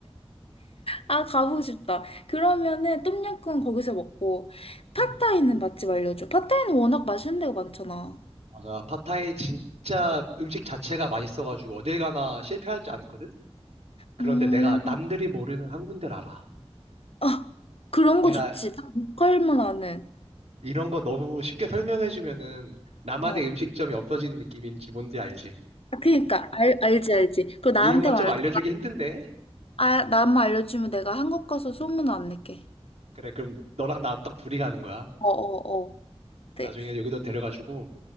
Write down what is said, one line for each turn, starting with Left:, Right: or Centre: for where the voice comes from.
Left: 아, 가보고 싶다. 그러면은 똠양꿍 거기서 먹고, 팟타이는
Right: 음,
Left: 맛집 알려줘. 팟타이는 워낙 맛있는 데가 많잖아.
Right: 맞아. 팟타이 진짜 음식 자체가 맛있어가지고 어딜 가나 실패하지 않거든? 그런데
Left: 음,
Right: 내가 남들이 모르는 한 군데를 알아.
Left: 아, 그런
Right: 내가
Left: 거 좋지. 딱 로컬만 아는.
Right: 이런 거 너무 쉽게 설명해주면은 나만의
Left: 어.
Right: 음식점이 없어지는 느낌인지 뭔지 알지?
Left: 아, 그니까, 알, 알지, 알지. 그거 나한테
Right: 이런 것
Left: 말해줘.
Right: 좀 알려주기 힘든데?
Left: 아, 나만 알려주면 내가 한국 가서 소문 안 낼게.
Right: 그래, 그럼 너랑 나 딱 둘이 가는 거야.
Left: 어어어. 근데
Right: 나중에 여기도 데려가지고.